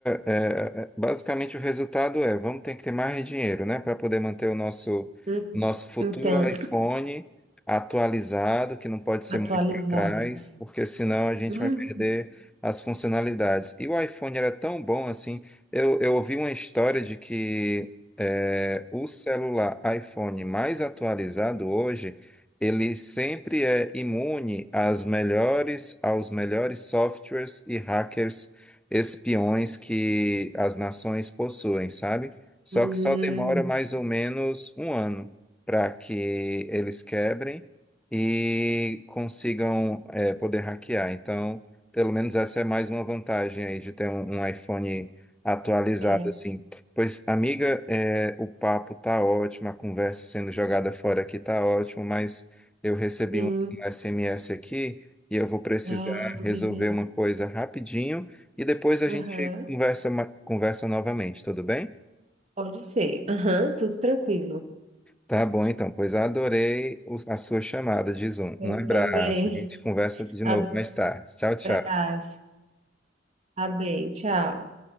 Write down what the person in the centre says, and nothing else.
é, é, basicamente o resultado é, vamos ter que ter mais dinheiro, né? Para poder manter o nosso,
o nosso futuro
iPhone atualizado, que não pode ser
muito para trás, porque senão a gente
vai perder as funcionalidades. E o iPhone era tão bom assim. Eu, eu ouvi uma história de que é, o celular iPhone mais atualizado hoje ele sempre é imune às melhores, aos melhores softwares e hackers espiões que as nações possuem, sabe? Só
que só demora mais ou menos um ano para que eles quebrem e consigam eh, poder hackear. Então, pelo menos essa é mais uma vantagem aí de ter um, um iPhone atualizado
assim. Pois, amiga, eh, o papo tá ótimo, a conversa sendo jogada fora aqui tá ótimo, mas eu recebi
um SMS aqui e eu vou precisar
resolver uma coisa rapidinho e depois a gente
conversa, ma- conversa novamente, tudo bem?
Tá bom, então, pois adorei o- a sua chamada de Zoom.
Um abraço,
a gente conversa de
novo mais tarde. Tchau, tchau.